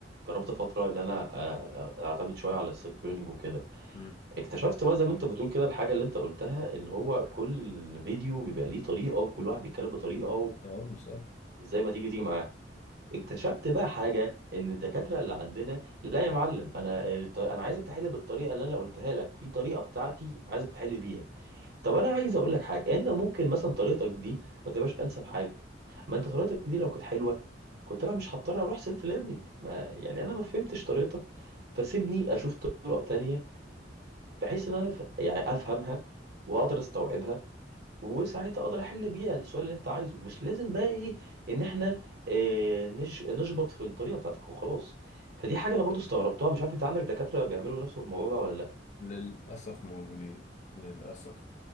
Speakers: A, on the right; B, on the left.
A: جربت فتره ان انا آه، آه، اعتمد شويه على السيلف ليرنينج وكده
B: امم
A: اكتشفت بقى زي ما انت بتقول كده الحاجة اللي انت قلتها اللي هو كل فيديو بيبقى ليه طريقة وكل واحد بيتكلم بطريقة
B: اه بالظبط
A: وزي <laughs> ما تيجي تيجي معاه اكتشفت بقى حاجة ان الدكاترة اللي عندنا لا يا معلم انا الط- انا عايزك تحل بالطريقة اللي انا قلتها لك في طريقة بتاعتي عايزك تحل بيها طب انا عايز اقول لك حاجة انت ممكن مثلا طريقتك دي ما تبقاش انسب حاجة ما انت طريقتك دي لو كانت حلوة كنت انا مش هضطر اروح سيلف ليرنينج ما يعني انا ما فهمتش طريقتك فسيبني اشوف طرق تانية بحيث ان انا ف... يعني افهمها واقدر استوعبها وساعتها اقدر احل بيها السؤال اللي انت عايزه مش لازم بقى ايه ان احنا آه، نش... نشبط في الطريقه بتاعتك وخلاص فدي حاجه انا برضو استغربتها مش عارف انت عندك دكاتره بيعملوا نفس الموضوع ده ولا لا
B: للأسف موجودين للأسف